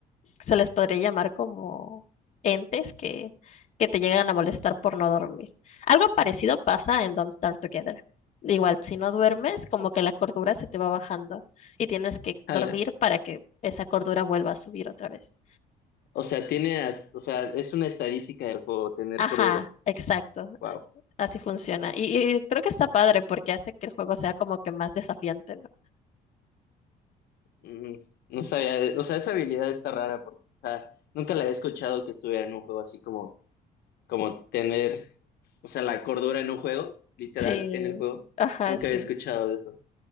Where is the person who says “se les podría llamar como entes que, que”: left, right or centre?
Left